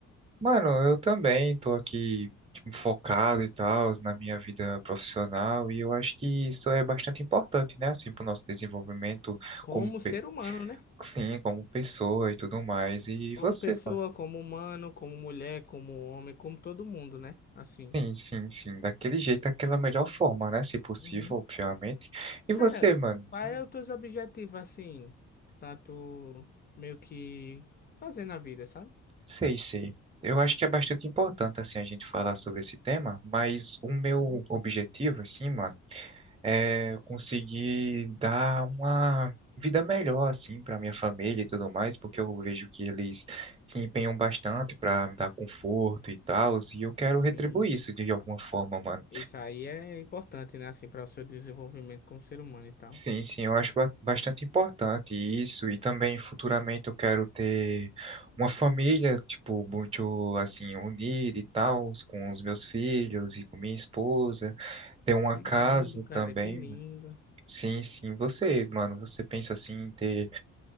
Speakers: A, on the right; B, on the left.
A: Mano, eu também tô aqui tipo, focado e tal na minha vida profissional e eu acho que isso é bastante importante, né, assim, pro nosso desenvolvimento
B: Como
A: como,
B: ser
A: pe-
B: humano, né?
A: sim, como pessoa e tudo mais. E
B: Como
A: você,
B: pessoa,
A: mano?
B: como humano, como mulher, como homem, como todo mundo, né? Assim.
A: Sim, sim, sim, daquele jeito, daquela melhor forma, né, se possível,
B: Uhum.
A: obviamente. E você,
B: Cara,
A: mano?
B: quais
A: Hum.
B: são os teus objetivos, assim, pra tu meio que fazer na vida, sabe?
A: Sei, sei. Eu acho que é bastante importante assim a gente falar sobre esse tema, mas o meu
B: Uhum.
A: objetivo assim, mano, é, conseguir dar uma vida melhor assim para minha família e tudo mais, porque eu vejo que eles se empenham bastante para me dar conforto e tal, e eu quero
B: Sim.
A: retribuir isso de alguma forma, mano.
B: Isso aí é importante, né? Assim, para o seu desenvolvimento como ser humano e tal.
A: Sim, sim, eu acho ba- bastante importante isso, e também futuramente eu quero ter uma família, tipo, muito assim, unida e tal, com os meus filhos e com minha esposa, ter uma
B: Que
A: casa
B: lindo, cara,
A: também.
B: que lindo.
A: Sim, sim, você, mano, você pensa assim em ter